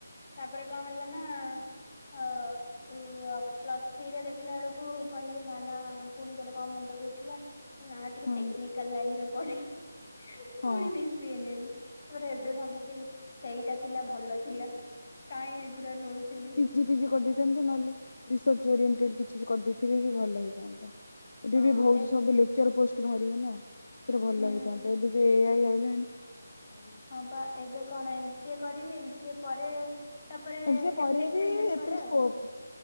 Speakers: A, on the left; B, on the left.
A: ତାପରେ କଣ ହେଲା ନା। ହ ଉ ପ୍ଲସ୍ ଥ୍ରୀରେ ଦେଖିଲା ବେଳକୁ କହିଲି ନା ନା ହଁ ପୁଣି ଗୋଟେ କଣ ମୁଣ୍ଡକୁ ଉଠିଲା ନା- ଟିକେ
B: ହଁ
A: ଟେକ୍ନିକାଲ ଲାଇନ ରେ ପଡେ।
B: ହଁ
A: ପୁଣି ବିସିଏ ନେଲି ତାପରେ ଏବେ
B: ହଁ ଅଛି।
A: ଭାବୁଛି ସେଇଟା ଥିଲା ଭଲ ଥିଲା କାହିଁ ଏଗୁରା ନୋଉଥିଲି।
B: ଜିପିଜି କରିଦେଇଥାନ୍ତିତ ନହେଲେ ରିସର୍ଚ୍ଚ ଓରିଏଣ୍ଟେଡ଼୍ କିଛି ବି କରିଦେଇଥିଲେ ବି ଭଲ ହେଇଥାନ୍ତା। ଏବେ
A: ହଁ
B: ବି ବହୁତ
A: ଏବେ
B: ସବୁ ଲେକ୍ଚର ପୋଷ୍ଟ ବାହାରିବ ନା ସେଥିରେ ଭଲ
A: ହୁଁ
B: ହେଇଥାନ୍ତା ଏବେ ଯୋଉ ଏ ଆଇ ଆଇଲାଣି। ଆଉ
A: ହଁ ବା ଏବେ କଣ ଏମ୍ ସି ଏ କରିବି ଏମ୍ ସି ଏ ପରେ ତାପରେ
B: ଏମ ସି ଏ ପରେ
A: ଏମଟେକ୍
B: ବିି
A: ଫେମଟେକ୍
B: ଏତେ
A: କରେ
B: ସ୍କୋପ
A: ଆଉ